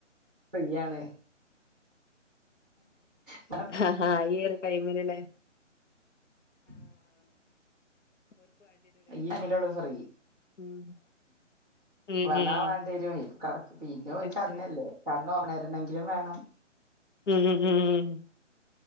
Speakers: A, in the centre; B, on the left.
A: ഫ്രീയാണ്. ആ.
B: ആ, ഹഹ ഈ ഒര് ടൈമിൽലെ.
A: ഉ <inaudible>
B: ഉ <inaudible>
A: ഈ ടൈമിലിൽ ഒള്ളു ഫ്രീ.
B: ഉം ഉം
A: വന്നാ
B: ഉം
A: വേണ്ടി വരും. ഇപ്പ കട പിന്നെ ഒരു
B: അത്
A: കണ്ണല്ലേ
B: ശരി
A: കണ്ണ് ഓണരണെങ്കിലും വേണം.
B: ഉം. ഉം.